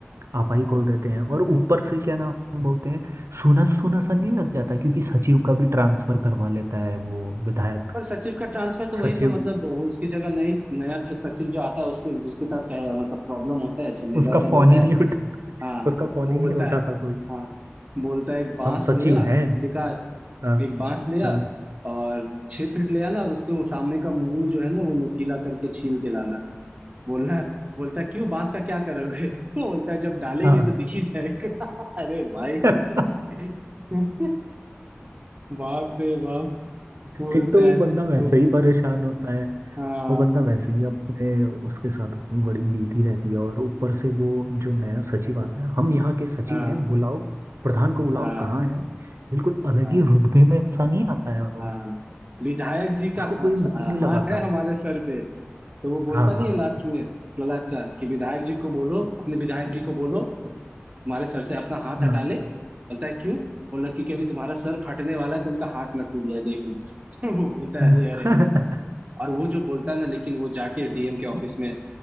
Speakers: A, on the right; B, on the right.
A: आपा ही
B: हाँ।
A: खोल देते हैं और ऊपर से क्या नाम बोलते हैं सूना सूना सा नहीं लग जाता क्योंकि सचिव का भी ट्रांसफर करवा लेता है वो विधायक
B: पर सचिव का ट्रांसफर तो वही
A: सचिव
B: तो मतलब वो उसकी जगह नई नया जो सचिव जो आता है उसके जिसके साथ पह- मतलब प्रॉब्लम होता है झमेला
A: उसका
B: होता
A: फोन
B: है बोलता
A: ही
B: है
A: नहीं उठाता
B: हाँ
A: उसका फोन
B: वो
A: ही नहीं
B: बोलता
A: उठाता
B: है
A: कोई
B: हाँ बोलता है एक बांस
A: हम सचिव
B: लिया
A: हैं
B: विकास
A: हाँ
B: एक बांस लिया
A: हाँ
B: और छह फीट ले आना और उसके वो सामने का मुंह जो है ना वो नुकीला करके छील के लाना बोलना बोलता है क्यों बांस का क्या करोगे <laughs> वो बोलता है जब डालेंगे
A: हाँ।
B: तो दिख
A: <laughs>
B: ही जाएगा <laughs> अरे भाई
A: हाँ
B: <laughs> बाप रे बाप बोलता
A: एक तो वो
B: है
A: बंदा वैसे
B: वो
A: ही परेशान होता है
B: हाँ
A: वो बंदा वैसे ही अपने उसके साथ इतनी बड़ी बीती रहती है और ऊपर से वो जो नया सचिव आता है हम यहाँ के सचिव
B: हाँ
A: हैं बुलाओ प्रधान को बुलाओ
B: हाँ
A: कहाँ है बिल्कुल अलग
B: हाँ
A: ही रुतबे में ऐसा नहीं आता है
B: हाँ
A: वो
B: विधायक जी का
A: उसको
B: हा,
A: कोई
B: स-
A: मुंह
B: आ,
A: ही नहीं लगाता
B: हाथ है हमारे सर पे तो वो बोलता
A: हाँ
B: नहीं
A: हाँ
B: है लास्ट में ललाचा कि विधायक जी को बोलो अपने विधायक जी को बोलो तुम्हारे सर से अपना हाथ
A: हाँ
B: हटा ले बोलता है क्यों बोला क्योंकि अभी तुम्हारा सर फटने वाला है तो उनका हाथ ना टूट जाए देख लो <laughs> वो बोलता
A: <laughs>
B: है अरे अरे और वो जो बोलता है ना लेकिन वो जाके डीएम के ऑफिस में